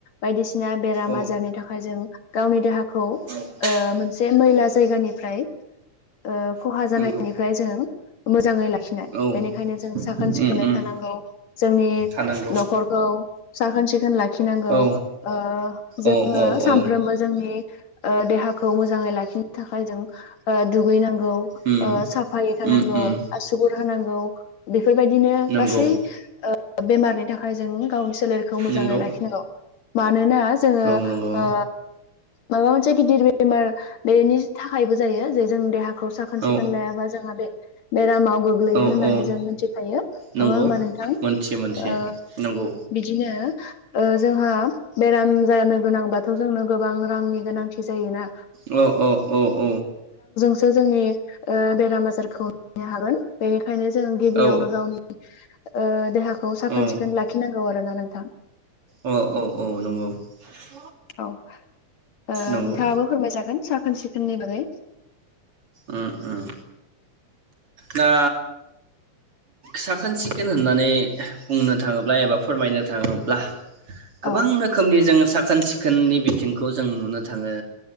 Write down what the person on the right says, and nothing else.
औ
औ
औ
नंगौ
औ
उम
उम
थानांगौ
औ
औ औ
औ
उम
उम उम
नंगौ
नंगौ
औ नंगौ
औ
औ
औ
नंगौ
मोनथियो मोनथियो
नंगौ
औ औ औ औ
औ
औ
औ औ औ नंगौ <unintelligible>
नंगौ
उम उम दा साखोन सिखोन होननानै बुंनो थाङोब्ला एबा फोरमायनो थाङोब्ला गोबां
रोखोमनि जों सा खोन सिखोननि बिथिंखौ जों नुनो थाङो।